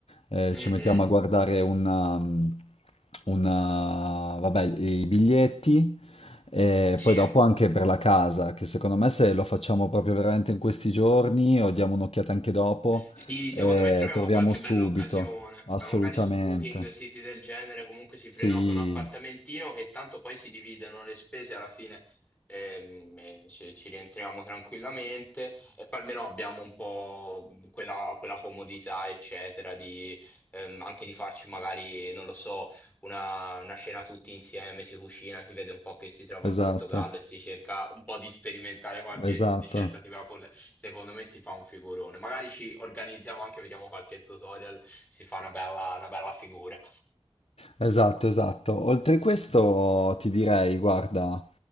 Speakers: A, on the left (about 75°); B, on the left (about 15°).
A: eh,
B: Mhm,
A: ci mettiamo a guardare una, una- vabbè, i biglietti e
B: Sì.
A: poi dopo anche per la casa, che secondo me se lo facciamo proprio veramente in questi giorni o diamo un'occhiata anche dopo,
B: Sì, secondo
A: eh,
B: me troviamo
A: troviamo
B: qualche
A: subito,
B: bella occasione,
A: assolutamente.
B: ma magari su Booking, siti del genere, comunque si prenota
A: Sì,
B: un appartamentino che tanto poi si dividono le spese alla fine ehm, e ci, ci rientriamo tranquillamente e poi almeno abbiamo un po' quella, quella comodità, eccetera, di, ehm, anche di farci magari, non lo so, una, una cena tutti insieme, si cucina, si vede un po' che si trova in
A: esatto,
B: Portogallo e si cerca un po' di sperimentare qualche
A: esatto,
B: ricetta tipo Napoli. Secondo me si fa un figurone. Magari ci organizziamo anche, vediamo qualche tutorial, si fa una bella, una bella figura.
A: esatto, esatto. Oltre questo ti direi, guarda,